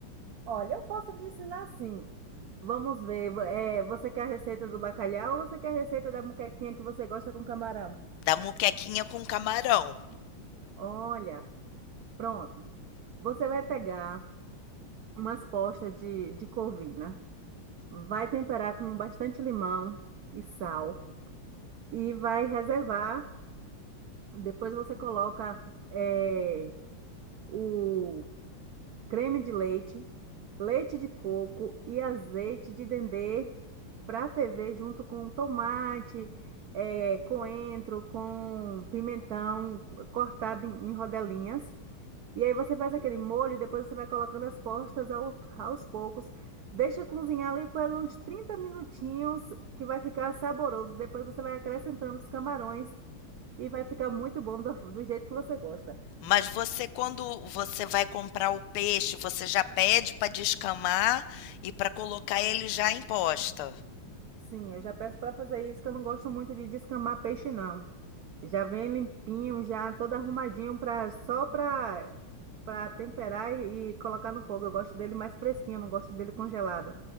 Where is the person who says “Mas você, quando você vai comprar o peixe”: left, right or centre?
Left